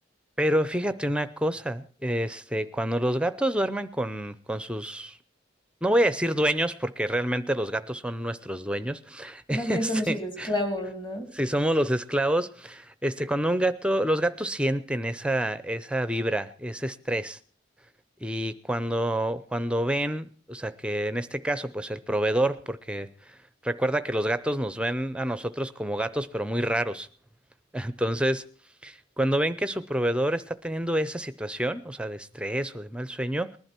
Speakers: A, in the centre; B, on the left.
A: pero fíjate una cosa, este, cuando los gatos duermen con, con sus, no voy a decir dueños, porque realmente los gatos son nuestros dueños, <laughs>
B: <laughs> Más
A: este,
B: bien con sus esclavos, ¿no?
A: si somos los esclavos, este, cuando un gato, los gatos sienten esa, esa vibra, ese estrés. Y cuando, cuando ven, o sea, que en este caso, pues el proveedor, porque recuerda que los gatos nos ven a nosotros como gatos, pero muy raros. <laughs> Entonces, cuando ven que su proveedor está teniendo esa situación, o sea, de estrés o de mal sueño,